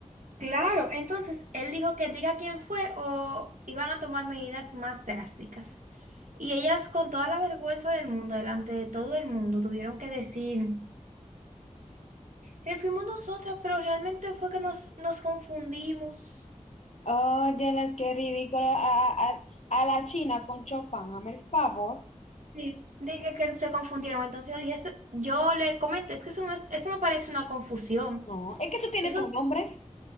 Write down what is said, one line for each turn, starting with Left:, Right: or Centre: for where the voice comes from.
Right: Claro, entonces él dijo que diga quién fue o iban a tomar medidas más drásticas. Y ellas con toda la vergüenza del mundo, delante de todo el mundo, tuvieron que decir, "Eh, fuimos nosotras, pero realmente fue que nos, nos confundimos.
Left: Oye, las que ridículo. A, a- a- a la China con Chofán, hazme el favor.
Right: Sí, dije que se confundieron. Entonces yo dije, "Eso- yo le comenté, es que eso no, es- eso no parece una confusión.
Left: No, es que eso tiene
Right: Eso,
Left: tu nombre.